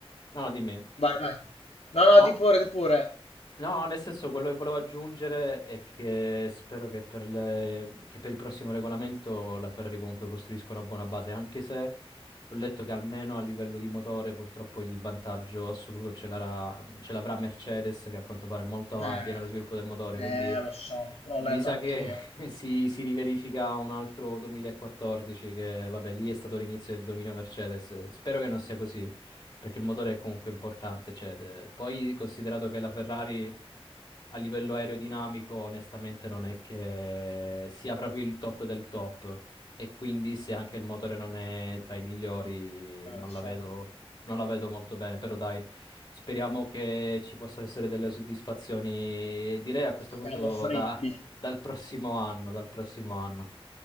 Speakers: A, on the left; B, on the left.
A: No, dimmi.
B: Vai, vai. No, no,
A: No.
B: di pure, di pure.
A: No, nel senso, quello che volevo aggiungere è che spero che per, le- che per il prossimo regolamento la Ferrari comunque costruisca una buona base, anche se ho letto che almeno a livello di motore purtroppo il vantaggio assoluto ce l'ara- ce l'avrà Mercedes, che a quanto pare è molto avanti
B: Eh,
A: nello sviluppo del motore,
B: eh,
A: quindi
B: lo so, l'ho
A: mi
B: letto
A: sa
B: anch'io,
A: che <laughs> si, si riverifica un altro 2014, che vabbè, lì è stato l'inizio del dominio Mercedes. Spero che non sia così perché il motore è comunque importante. Cioè, de- poi considerato che la Ferrari a livello aerodinamico, onestamente, non è che sia proprio il top del top. E quindi, se anche il motore non è tra i migliori,
B: eh,
A: non
B: lo so.
A: la vedo, non la vedo molto bene. Però, dai, speriamo che ci possano essere delle soddisfazioni. Direi a questo punto
B: Siamo fritti.
A: da- dal prossimo anno, dal prossimo anno.